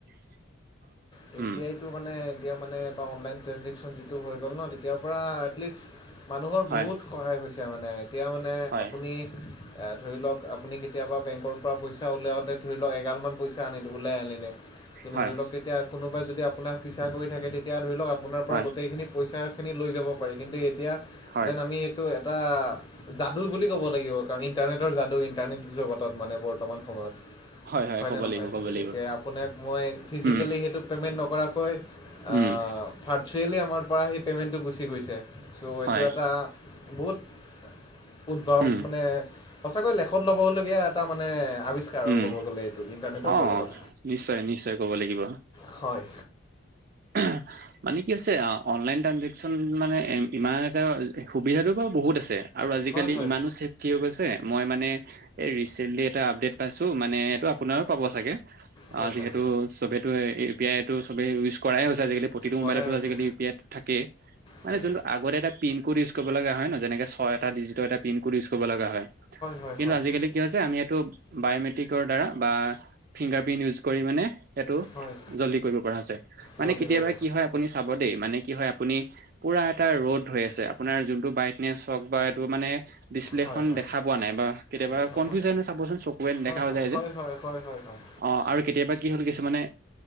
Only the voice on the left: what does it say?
ইউ,
পি, আইটো মানে তেতিয়া মানে বা অনলাইন ট্ৰাঞ্জেকশ্যন যিটো হৈ গ'ল ন' তেতিয়াৰ পৰা এটলিষ্ট মানুহৰ
বহুত সহায় হৈছে মানে এতিয়া মানে
আপুনি ধৰি লওক আপুনি কেতিয়াবা বেংকৰ পৰা পইছা উলিয়াওতে ধৰি লওক এগাল মান পইছা উলিয়াই আনিলে। কিন্তু
ধৰি লওক তেতিয়া কোনোবাই যদি আপোনাক পিছা কৰি থাকে তেতিয়া ধৰি লও আপোনাৰ
পৰা গোটেইখিনি পইচা খিনি লৈ যাব পাৰি কিন্তু এতিয়া
যেন আমি সেইটো এটা যাদু বুলি ক'ব লাগিব, কাৰণ ইণ্টাৰনেটৰ যাদু ইণ্টাৰনেট জগতত মানে বৰ্তমান সময়ত।
হয়নে
নহয়
গতিকে
আপোনাক মই ফিজিকেলি
সেইটো পে'মেণ্ট নকৰাকৈ অ
ভাৰ্চুৱেলি আমাৰ পৰা সেই পেমেণ্টটো গুচি গৈছে চ'
এইটো এটা বহুত। উদ্ভৱ
মানে সঁচাকৈ লেখন লবলগীয়া এটা মানে আৱিষ্কাৰ আৰু
ক'ব গ'লে এইটো ইণ্টাৰনেটৰ
জগতত
হয়।
হয় হয়
হয়
হয়
কৰাই
হৈছে
হয়
হয়
হয়
হয়
জল্দি
কৰিব
হয় হয়
দেখা
পোৱা
হয়
হয়
হয়
হয় হয় হয় হয়